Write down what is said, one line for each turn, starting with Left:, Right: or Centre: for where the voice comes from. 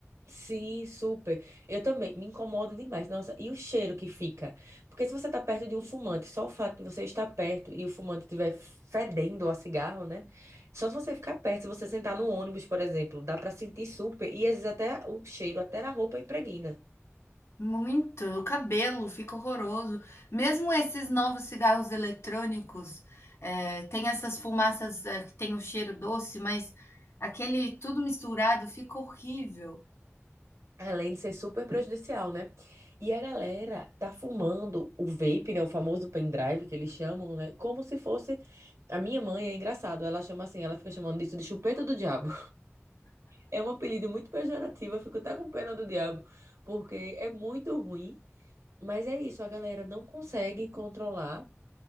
Right: Sim, super. Eu também me incomoda demais. Nossa, e o cheiro que fica? Porque se você tá perto de um fumante, só o fato de você estar perto e o fumante estiver fedendo a cigarro, né? Só se você ficar perto, se você sentar no ônibus, por exemplo, dá pra sentir super e às vezes até o cheiro, até na roupa impregna.
Left: Muito. O cabelo fica horroroso. Mesmo esses novos cigarros eletrônicos, é, tem essas fumaças é, que tem o cheiro doce, mas aquele tudo misturado fica horrível.
Right: Além de ser super prejudicial, né? E a galera tá fumando o vape, né? O famoso pendrive que eles chamam, né? Como se fosse. A minha mãe é engraçado, ela chama assim, ela fica chamando disso de chupeta do diabo. É um apelido muito pejorativo, eu fico até com pena do diabo, porque é muito ruim, mas é isso, a galera não consegue controlar